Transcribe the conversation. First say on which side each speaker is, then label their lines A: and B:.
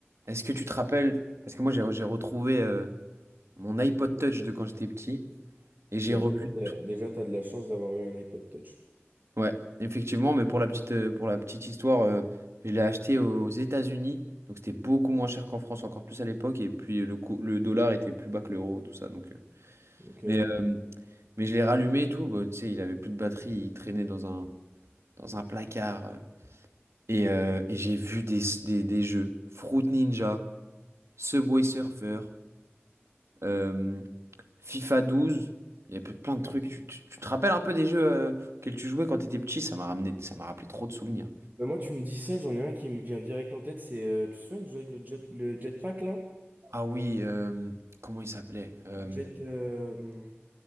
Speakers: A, on the right; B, on the right.
A: Est-ce que tu te rappelles? Parce que moi, j'ai j'ai retrouvé euh, mon iPod Touch de quand j'étais petit et j'ai
B: T'as
A: revu.
B: déjà, t'as, déjà, t'as de la chance d'avoir eu un iPod Touch.
A: Ouais, effectivement, mais pour la petite, euh, pour la petite histoire, euh, je l'ai acheté aux États-Unis. Donc, c'était beaucoup moins cher qu'en France, encore plus à l'époque. Et puis, le, cou- le dollar était plus bas que l'euro, tout ça. Donc, euh,
B: Ok.
A: mais, euh, mais je l'ai rallumé et tout. Bah, tu sais, il avait plus de batterie. Il traînait dans un, dans un placard. euh. et euh, et j'ai vu des, des, des jeux. Fruit Ninja, Subway Surfer. euh, FIFA douze, il y a pe- plein de trucs. Tu, tu- tu te rappelles un peu des jeux euh, auxquels tu jouais quand t'étais petit? Ça m'a ramené, ça m'a rappelé trop de souvenirs.
B: Bah moi, tu me dis ça, j'en ai un qui me vient direct en tête. C'est, euh, tu te souviens de jouer avec le jet, le jetpack là?
A: Ah oui, euh, comment il s'appelait? Euh,
B: Jet. euh,